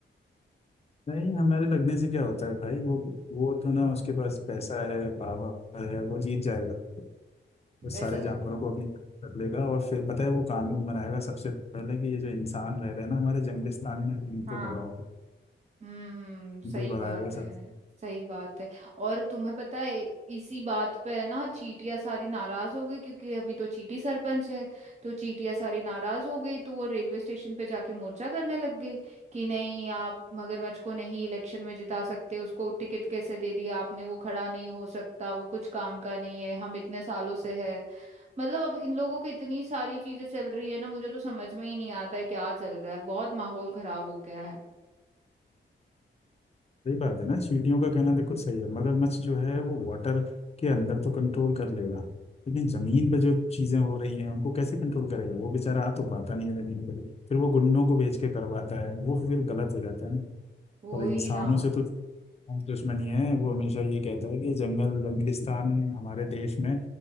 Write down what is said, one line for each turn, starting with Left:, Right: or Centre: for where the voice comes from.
Left: नहीं हमारे लगने से क्या होता है भाई वो वो तो ना उसके पास पैसा है पावर है वो जीत जाएगा वो सारे
Right: ऐसा लग
Left: जानवरों को अपनी तरफ कर लेगा और फिर पता है वो कानून बनाएगा सबसे पहले कि ये जो इंसान रह रहे हैं ना हमारे जंगलिस्तान में इनको
Right: हाँ
Left: भगाओ
Right: हम्म सही
Left: इनको ही भगाएगा
Right: बात है
Left: सब
Right: सही बात है और तुम्हें पता है इसी बात पे है ना चीटियां सारी नाराज हो गई क्योंकि अभी तो चीटी सरपंच है तो चीटियां सारी नाराज हो गई तो वो रेलवे स्टेशन पे जाके मोर्चा करने लग गई कि नहीं आप मगरमच्छ को नहीं इलेक्शन में जिता सकते उसको टिकट कैसे दे दिया आपने वो खड़ा नहीं हो सकता वो कुछ काम का नहीं है हम इतने सालों से है मतलब अब इन लोगों की इतनी सारी चीजें चल रही है ना मुझे तो समझ में ही नहीं आता है क्या चल रहा है बहुत माहौल खराब हो गया है
Left: सही बात है ना चींटियों का कहना देखो सही है मगरमच्छ जो है वो वाटर के अंदर तो कंट्रोल कर लेगा लेकिन जमीन पे जो चीजें हो रही हैं उनको कैसे कंट्रोल करेगा वो बेचारा आ तो पाता नहीं है जमीन पे फिर वो गुंडों
Right: हम्म।
Left: को बेच के करवाता है वो फिर गलत हो जाता है ना
Right: वो
Left: और इंसानों
Right: ही ना
Left: से तो हम दुश्मनी है वो हमेशा यही कहता है कि जंगल जंगलिस्तान हमारे देश में